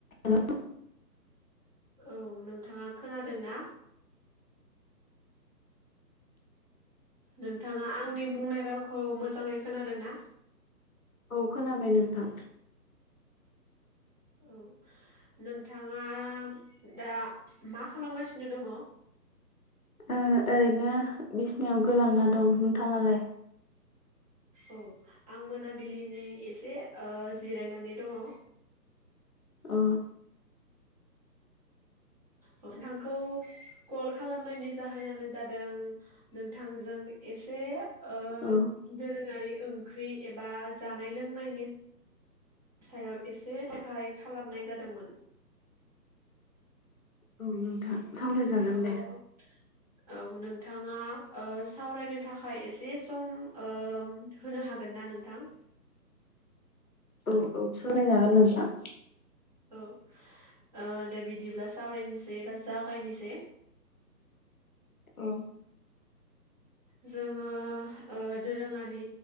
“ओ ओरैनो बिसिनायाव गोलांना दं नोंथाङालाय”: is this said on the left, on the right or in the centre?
Left